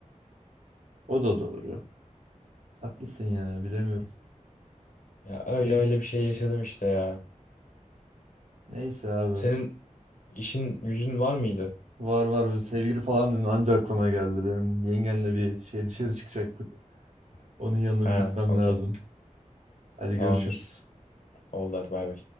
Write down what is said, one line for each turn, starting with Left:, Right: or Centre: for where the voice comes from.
Right: O da doğru. Haklısın ya bilemiyorum.
Left: Ya öyle
Right: Neyse,
Left: öyle bir şey yaşadım işte ya.
Right: neyse abi.
Left: Senin işin gücün var mıydı?
Right: Var var böyle sevgili falan dedin anca aklıma geldi. Benim yengenle bir şey dışarı çıkacaktık. Onun yanına
Left: Ha,
Right: bir gitmem
Left: okey.
Right: lazım. Hadi
Left: Tamamdır.
Right: görüşürüz.
Left: Oldu hadi bay bay.